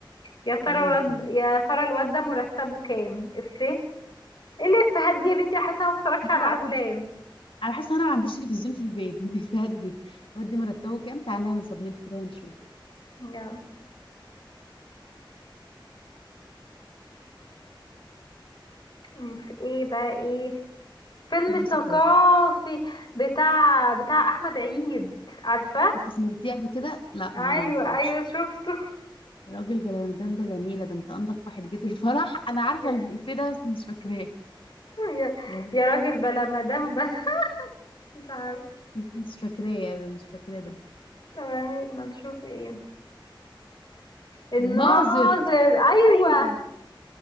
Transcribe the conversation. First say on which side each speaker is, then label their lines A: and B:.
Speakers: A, on the left (about 60°); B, on the left (about 85°).
A: يا ترى
B: ممكن
A: الواد يا ترى الواد ده مرتبه كام افيه ايه إيه اللي افيهات دي يا بنتي أنا حاسه أنا ما بتفرجش
B: مش
A: على
B: عارف
A: افلام
B: انا حاسه انا ما عنديش تلفزيون في البيت <laughs> من الافيهات دي ودي مرتبه كام تعالى نعمل سبمنت كده ونشوف
A: يا أم، في ايه بقى ايه فيلم
B: فيلم
A: ثقافي
B: ثقافي
A: بتاع بتاع احمد عيد عارفه
B: انت سمعتيه قبل كده لا
A: ايوه
B: ما نعرفوش
A: ايوه شفته
B: يا راجل بلا مدام بلا نيله ده انت انضف واحد جيت الفرح <laughs> انا عارفه
A: يا
B: الفيلم ده بس مش فاكراه
A: يا,
B: يا راجل
A: يا راجل بلا مدام بلا مش عارف
B: بس مش فاكراه يا- مش فاكراه ده
A: طب يعني ما نشوف ايه الناظر
B: الناظر
A: ايوه
B: ايوه